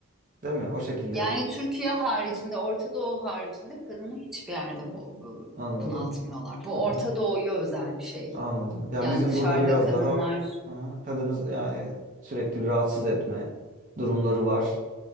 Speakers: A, on the right; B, in the centre.
A: Değil mi? O şekilde
B: Yani Türkiye haricinde, Orta Doğu haricinde kadını hiçbir yerde bu, bu-
A: anladım.
B: bunaltmıyorlar. Bu
A: Hı hı.
B: Orta Doğu'ya özel bir şey.
A: Anladım. Ya
B: Yani
A: bizim
B: dışarıda
A: burada biraz
B: kadınlar,
A: daha ha, kadını yani sürekli rahatsız etme durumları var.